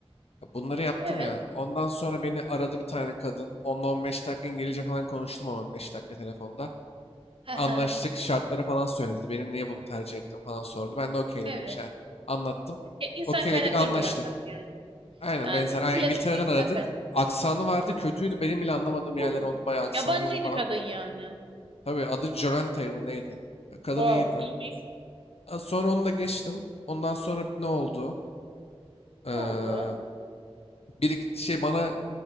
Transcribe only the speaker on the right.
Evet.
Hı hı.
Evet.
Ya, insan
kaynakları
mülakatı yani.
Yani
klasik
bir
insan kaynakları.
Oo.
Yabancıydı
kadın yani.
Wow,
iyiymiş.
Ne oldu?